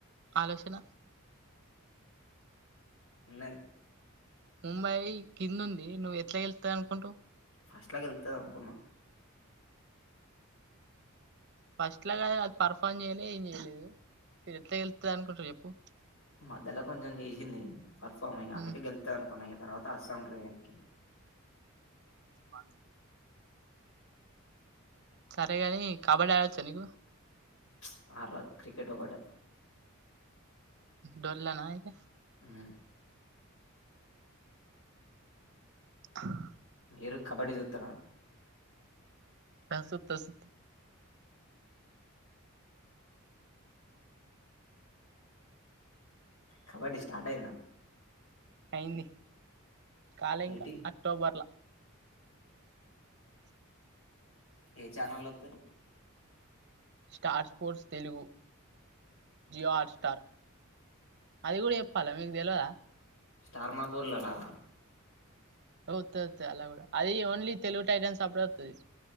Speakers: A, on the right (about 55°); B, on the left (about 75°).
A: ఆలోచన
B: ఉన్నది
A: ముంబయి కింద్ ఉంది నువ్వు ఎట్లా గెళ్తాంది అనుకుంటావ్
B: ఫస్ట్ లా గెల్తాది అనుకున్నా
A: ఫస్ట్ లా గది అది పర్ఫామ్ చేయలే ఏం చేయలేదు మీరు ఎట్లా గెల్తది అనుకుంట్రు చెప్పు
B: మధ్యలో కొంచెం చేసింది పర్ఫామ్ ఇగ అందుకే
A: మ్మ్
B: గెళ్తాది అనుకున్నా తర్వాత అస్సాం ట్రేన్ ఎక్కి
A: మాల సరేగాని కబడ్డి ఆడొచ్చా నీకు
B: చ్ ఆడ్రాద్ క్రికెట్ ఒకటె
A: డొల్లానా ఇది
B: హ్మ్
A: <inaudible>
B: మీరు కబడ్డి చూత్తర
A: ఆ చూస్తస్
B: కబడ్డి స్టార్ట్ అయిందా
A: అయింది కాలే ఇంకా
B: ఏటి
A: అక్టోబర్లా
B: ఏ ఛానల్లో వత్తది
A: Star Sports Telugu Jio Hotstar అది కుడా చెప్పాలా మీకు తెలవదా
B: స్టార్ మా గోల్డ్ రాద
A: ఆ వత్తది వత్తది అలా కూడా అది ఓన్లీ తెలుగు టైటన్స్ అప్పుడే వత్తది